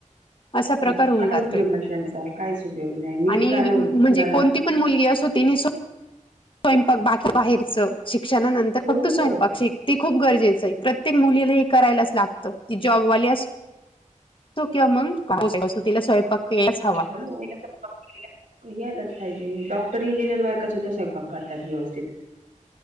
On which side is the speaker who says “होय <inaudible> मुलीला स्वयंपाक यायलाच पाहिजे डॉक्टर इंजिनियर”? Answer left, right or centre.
Right